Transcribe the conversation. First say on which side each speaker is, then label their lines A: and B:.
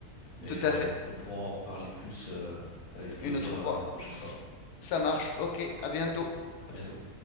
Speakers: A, on the left (about 25°); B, on the left (about 85°).
A: Mais
B: tout
A: euh,
B: à fait.
A: on, on pourra en reparler plus euh, avec plaisir
B: Une autre
A: euh,
B: fois.
A: une prochaine
B: S-
A: fois.
B: Ça marche. Ok, à bientôt.
A: À bientôt.